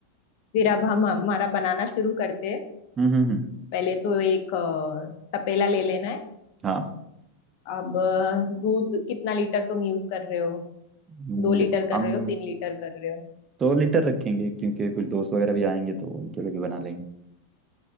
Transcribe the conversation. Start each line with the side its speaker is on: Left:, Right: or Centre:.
Left: फिर अब हम हमारा बनाना शुरू करते हैं
Right: हम्म हम्म,
Left: पहले तो एक अ, तपेला ले लेना है
Right: हाँ
Left: अब अ, दूध कितना लीटर तुम यूज कर रहे हो
Right: हम्म,
Left: दो
Right: देखो
Left: लीटर
Right: हम
Left: कर रहे हो तीन लीटर कर रहे हो
Right: दो लीटर रखेंगे क्योंकि कुछ दोस्त वगैरह भी आएंगे तो उनके लिए भी बना लेंगे